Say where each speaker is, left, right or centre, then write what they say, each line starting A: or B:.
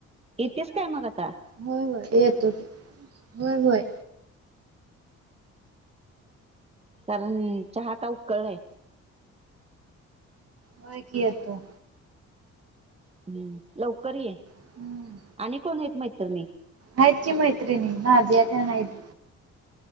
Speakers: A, on the right (about 20°); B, on the right (about 50°).
A: येतीस काय मग? आता
B: व्हय व्हय येतो की व्हय व्हय.
A: कारण चहा आता उखळलाय
B: होय कि येतो
A: हुं लवकर ये
B: हम्म
A: आणि कोण आहेत मैतरणी
B: आहेत कि मैत्रिणी नाझिया तेन हायत